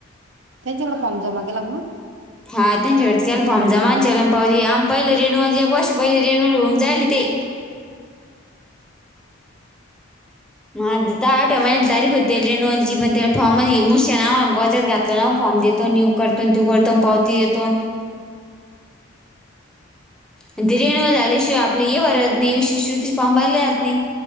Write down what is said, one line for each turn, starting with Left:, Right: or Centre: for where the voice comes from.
Right: त्यांच्याकड फॉर्म जमा केला मग
Centre: हा त्याकडच केल फॉर्म जमा आणि चलन पावती आम पहिले रिन्युअल चे एक वर्ष पहिले रिन्युअल होऊन जायले ते म त तवा आठव्या महिन्याची तारीख होती रिन्युअलची पण ते फॉर्मचं हे मुशीन आम्हा गोत्यात घात घेतले ना फॉर्म देतो न्यु करतो तू करतो अनं पावती देतोनं आणि ते रिन्युअल झाल्याशिवाय आपले हे भरत नाही शिष्य वृत्ती चे फॉर्म भरले जात नाही.